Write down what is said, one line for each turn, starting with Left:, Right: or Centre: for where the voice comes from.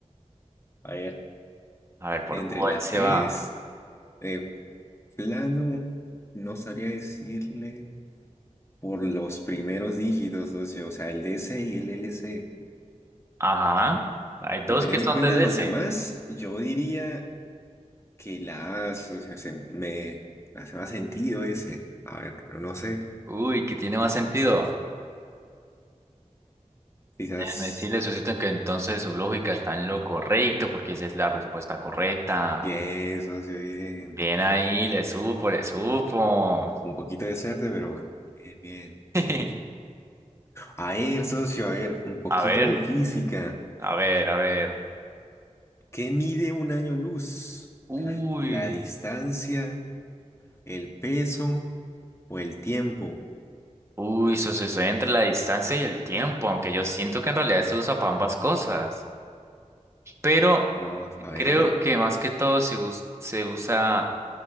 Left: A ver,
Right: A ver, ¿por
Left: entre
Right: cuál
Left: las
Right: se
Left: tres,
Right: va?
Left: eh, plano, no sabría decirle por los primeros dígitos, socio. O sea, el D C y el L C.
Right: Ajá. Hay dos
Left: Pero teniendo
Right: que son
Left: en cuenta
Right: de DC.
Left: los demás, yo diría. que las, o sea, se- me hace más sentido ese. A ver, pero no sé.
Right: Uy, que tiene más sentido.
Left: Quizás
Right: Déjame decirle, Susito, que entonces su lógica está en lo correcto, porque esa es la respuesta correcta.
Left: pienso, socio, bien.
Right: Bien ahí, le supo, le supo.
Left: Un poquito de suerte, pero bueno, bien, bien.
Right: <laughs>
Left: A ver, socio, a ver, un poquito
Right: A ver,
Left: de física.
Right: a ver, a ver.
Left: ¿Qué mide un año luz?
Right: Uy,
Left: ¿La distancia, el peso o el tiempo?
Right: uy, eso se sucede entre la distancia y el tiempo, aunque yo siento que en realidad se usa para ambas cosas. Pero
Left: No, a ver,
Right: creo
Left: a ver.
Right: que más que todo se, us- se usa,